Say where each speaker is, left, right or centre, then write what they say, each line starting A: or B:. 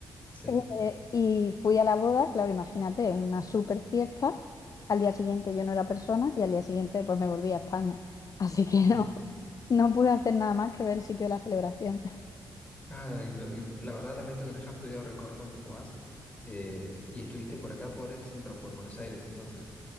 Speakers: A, on the left; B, on the left.
A: Sí.
B: Eh, y fui a la boda, claro, imagínate, una super fiesta. Al día siguiente yo no era persona y al día siguiente pues me volví a España. Así que
A: Mm.
B: no, no pude hacer nada más que ver el sitio de la celebración.
A: Ay, no, la verdad lamento que no hayas podido recorrer un poco más. Eh, y estuviste por acá, por el centro, por Buenos Aires, entonces.